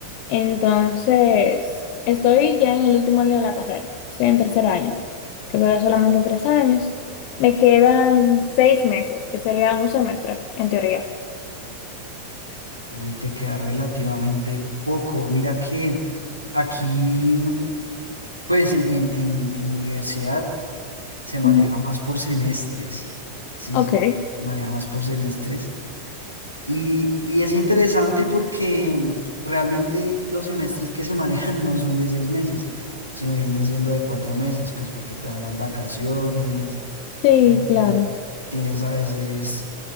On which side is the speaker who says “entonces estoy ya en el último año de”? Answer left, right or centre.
Left